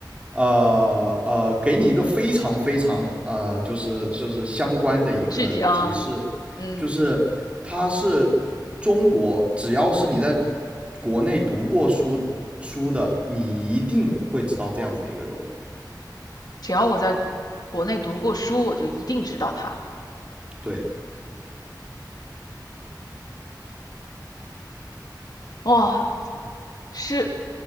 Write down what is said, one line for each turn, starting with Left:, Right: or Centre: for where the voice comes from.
Right: 呃呃，给你一个非常非常呃，就是就是相关的一个提示，
Left: 具体啊，嗯，
Right: 就是他是中国，只要是你在国内读过书书的，你一定会知道这样子的一个人物。
Left: 只要我在国内读过书，我就一定知道她。
Right: 对，
Left: 哦，是